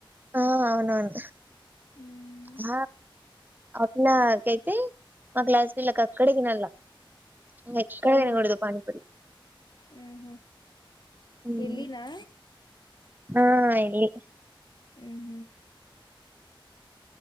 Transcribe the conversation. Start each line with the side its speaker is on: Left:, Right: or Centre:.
Right: ఆ అవునవును
Left: మ్మ్
Right: హా అట్లాకైతే మా క్లాస్ పిల్లకు అక్కడే తినాళ్ళ ఇంగెక్కడ
Left: ఓహో
Right: తినకూడదు పానీపూరీ
Left: మ్మ్ హు
Right: హ్మ్
Left: ఎల్లినా
Right: ఆ యెల్లి
Left: హుహ్మ్